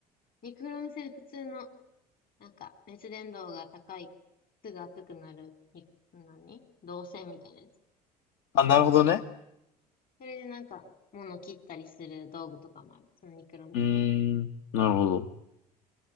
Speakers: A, on the left (about 45°); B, on the left (about 65°).
A: ニクロン線普通の、なんか、熱伝導が高い、すぐ熱くなる、に何導線みたいなやつ。
B: あ、なるほどね。
A: それでなんか、物切ったりする道具とかもある。そのニクロン線で。
B: うーん。なるほど。